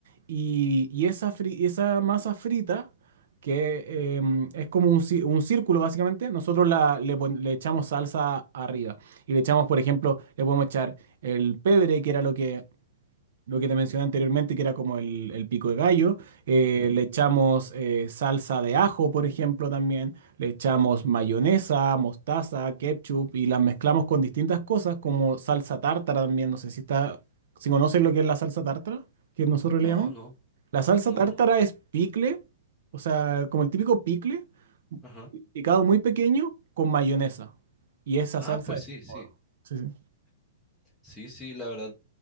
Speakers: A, on the right; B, in the centre.
A: Y, y esa, fri- y esa masa frita, que eh, es como un, ci- un círculo básicamente, nosotros la, le, pon- le echamos salsa arriba. Y le echamos, por ejemplo, le podemos echar el pebre, que era lo que lo que te mencioné anteriormente, que era como el, el pico de gallo. Eh,
B: Ujú.
A: le echamos eh, salsa de ajo, por ejemplo, también. Le echamos mayonesa, mostaza, ketchup y las mezclamos con distintas cosas, como salsa tártara también. No sé si está, si conocen lo que es la salsa tártara, que nosotros
B: No,
A: le llamamos.
B: no,
A: La salsa
B: no,
A: tártara
B: no.
A: es picle, o sea, como el típico picle,
B: Ajá.
A: picado muy pequeño con mayonesa. Y esa
B: Ah,
A: salsa
B: pues
A: es...
B: sí, sí.
A: sí, sí.
B: Sí, sí, la verdad.